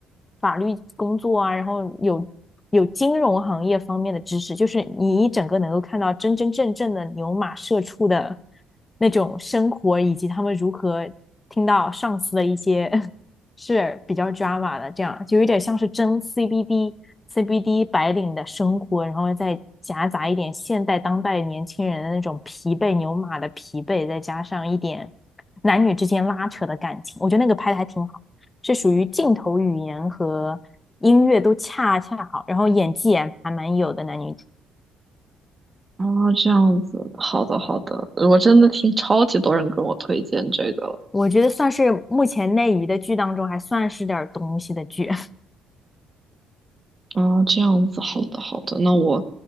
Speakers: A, on the left; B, on the right.
A: 法律工作啊，然后有有金融行业方面的知识，就是你一整个能够看到真真正正的牛马社畜的。那种生活，以及他们如何听到上司的一些 <laughs> 是比较 drama 的，这样就有点像是真 CBD CBD 白领的生活，然后再夹杂一点现代当代年轻人的那种疲惫牛马的疲惫，再加上一点男女之间拉扯的感情，我觉得那个拍的还挺好，是属于镜头语言和音乐都恰恰好，然后演技也还蛮有的男女主。
B: 啊，这样子，好的好的，我真的听超级多人跟我推荐这个，
A: 我觉得算是目前内娱的剧当中还算是点东西的剧
B: 啊，这样子，好的，好的，那我，